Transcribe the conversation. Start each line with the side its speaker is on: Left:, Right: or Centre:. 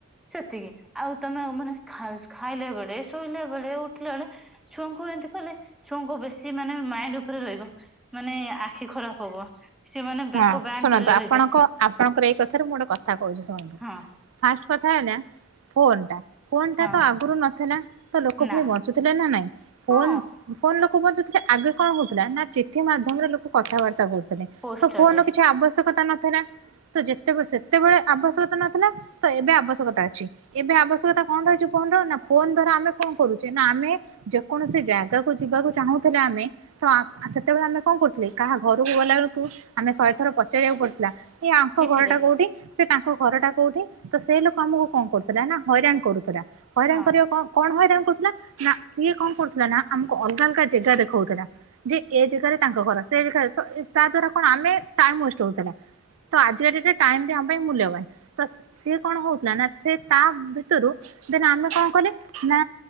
Centre: ସେତିକି, ଆଉ ତମେ ମାନେ ଖାଇଲା ବେଳେ ଶୋଇଲା ବେଳେ ଉଠିଲା ବେଳେ। ଛୁଆଙ୍କୁ ଏମିତି କଲେ ଛୁଆଙ୍କ ବେଶୀ ମାନେ ମାଇଣ୍ଡ ଉପରେ ରହିବ ମାନେ ଆଖି ଖରାପ ହବ। ସେମାନେ ବେକ
Right: ହଁ
Centre: ବ୍ୟାଣ୍ଡ
Right: ଶୁଣନ୍ତୁ
Centre: କରି ରହିବେ
Right: ଆପଣଙ୍କ ଆପଣଙ୍କର ଏଇ କଥାରେ ମୁଁ ଗୋଟେ କଥା କହୁଛି ଶୁଣନ୍ତୁ।
Centre: ହଁ
Right: ଫାଷ୍ଟ କଥା ହେଲା ଫୋନ୍ ଟା। ଫୋନଟା
Centre: ହଁ
Right: ତ ଆଗରୁ ନଥିଲା ତ ଲୋକ
Centre: ନା
Right: ପୁଣି ବଞ୍ଚୁଥିଲେ ନା ନାଇଁ? ଫୋନ
Centre: ହଁ
Right: ଫୋନ ଲୋକ ବଞ୍ଚୁଥିଲେ ଆଗେ କଣ ହଉଥିଲା ନା ଚିଠି ମାଧ୍ୟମରେ ଲୋକ କଥାବାର୍ତ୍ତା କରୁଥିଲେ।
Centre: ପୋଷ୍ଟାଲରେ
Right: ତ ଫୋନ ସେ ଆବଶ୍ୟକତା ନଥିଲା। ତ ଯେତେ କ ସେତେବେଳେ ଆବଶ୍ୟକତା ନଥିଲା, ତ ଏବେ ଆବଶ୍ୟକତା ଅଛି, ଏବେ ଆବଶ୍ୟକତା। କଣ ରହିଛି ଫୋନର? ନା ଫୋନ୍ ଧର ଆମେ କଣ କରୁଛେ ନା ଆମେ ଯେକୌଣସି ଜାଗାକୁ ଯିବାକୁ ଚାହୁଁଥିଲେ ଆମେ ତ ସେତେବେଳେ ଆମେ କଣ କରୁଥିଲେ କାହା ଘରକୁ ଗଲା ବେଳକୁ ଆମେ ଶହେ ଥର ପଚାରିବାକୁ ପଡଥିଲାା ଏଇ ଆଙ୍କ
Centre: ଚିଠିରେ
Right: ଘର ଟା କୋଉଠି? ସେ ତାଙ୍କ ଘରଟା କୋଉଠି ତ ସେଇ ଲୋକ ଆମକୁ କଣ କରୁଥିଲା ନା ହଇରାଣ କରୁଥିଲା ହଇରାଣ
Centre: ହଁ।
Right: କରିବା କଣ? କଣ ହଇରାଣ କରୁଥିଲା ନା ସିଏ କଣ କରୁଥିଲା ନା ଆମକୁ ଅଲଗା ଅଲଗା ଜେଗା ଦେଖଉଥିଲା ଯେ ଏ ଜାଗାରେ ତାଙ୍କ ଘର ସେ ଜାଗାରେ ତ ତା ଦ୍ଵାରା କଣ ଆମେ ଟାଇମ୍ ୱେଷ୍ଟ ହଉଥିଲା। ତ ଆଜିକା ଡେଟ୍ ରେ ଟାଇମ ବି ଆମ ପାଇଁ ମୂଲ୍ୟବାନ। ତ ସିଏ କଣ ହଉଥିଲା ନା ସେ ତା ଭିତରୁ ଦେନ ଆମେ କଣ କଲେ ନା